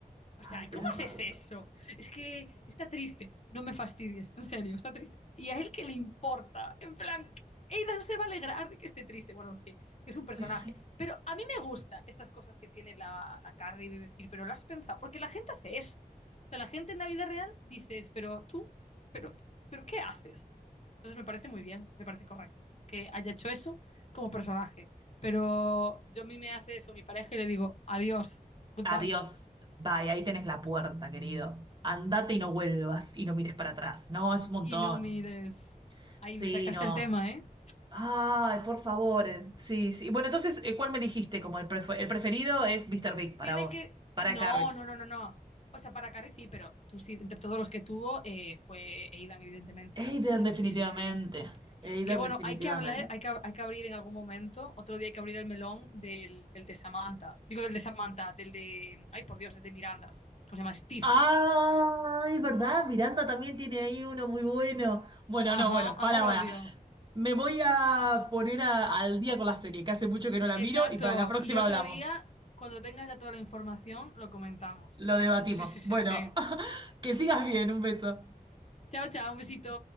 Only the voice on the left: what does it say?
O
sea,
¿cómo haces
eso? Es que está triste. No me fastidies, en serio, está triste. ¿Y a él qué le importa? En plan, Ada no se va a alegrar de que esté triste. Bueno, en fin, que es un personaje.
Pero a mí me gusta estas cosas que tiene la, la Carrie de decir, pero lo has pensado. Porque la gente hace eso. O sea, la gente en la vida real dices, pero tú, pero, pero ¿qué haces? Entonces me parece muy bien, me parece correcto que haya hecho eso como personaje. Pero yo a mí me hace eso mi pareja y le digo, adiós, goodbye.
Y no mires. Ahí
me sacaste
el tema, ¿eh?
Tiene
que.
No,
no, no, no, no. O sea, para Carrie sí, pero tú sí, entre todos los que tuvo, eh, fue Aidan, evidentemente.
Sí,
sí, sí, sí.
Que bueno,
hay que hablar, hay que, hay que abrir en algún momento. Otro día hay que abrir el melón del, del de Samantha. Digo, del de Samantha, del de. Ay, por Dios, el de Miranda. ¿Cómo se llama? Steve.
Ajá,
amor-odio.
Exacto.
Y otro
día, cuando tengas ya toda la información, lo comentamos.
Sí, sí, sí,
sí.
Chao, chao, un besito.